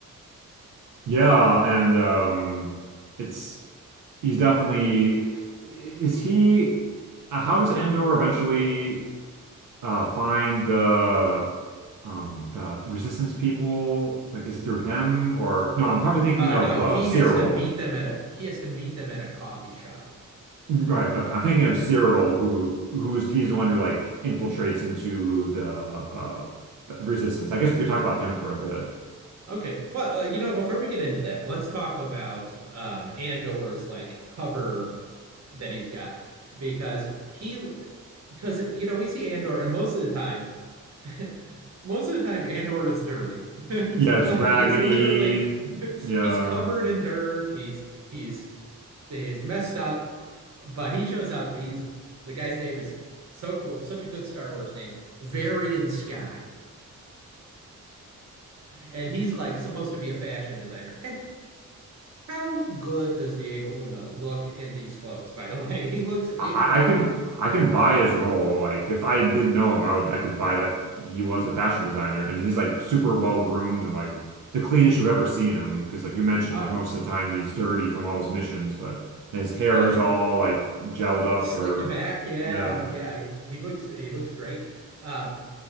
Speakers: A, on the right; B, on the right.
A: Yeah, and um it's he's definitely is he uh, how does Andor eventually uh find the um the resistance people? Like is it through him or no, I'm probably thinking
B: Uh,
A: of
B: no,
A: uh
B: he
A: Cyril
B: has to meet them at a he has to meet them at a coffee shop.
A: Right. Okay. I'm thinking of Cyril, who who's he's the one who like infiltrates into the uh the resistance. I guess we could talk about him for a bit.
B: Okay. Well, uh, you know, before we get into that, let's talk about um Andor's like cover that he's got because he because you know, we see Andor and most of the time <laughs> Most of the time, Andor is dirty. <laughs>
A: Yeah,
B: Like
A: it's Raggedy.
B: he's literally <laughs>
A: Yeah.
B: he's covered in dirt. He's he's he's messed up, but he shows up. He's the guy's name is so cool, such a good Star Wars name, Varian Sky. And he's like supposed to be a fashion designer. And how good does Diego Luna look in these clothes, by the way? <laughs> He looks incredible.
A: I, I I can I can buy his role. Like if I didn't know him, I would I could buy that he was a fashion designer and he's like super well groomed and like the cleanest you've ever seen him. Because like you mentioned,
B: Oh,
A: like most of the time he's dirty from all his missions, but yeah, his hair
B: yeah. and
A: is all like gelled up
B: Slicked
A: or
B: back, yeah,
A: yeah.
B: yeah. He, he looks he looks great. Um,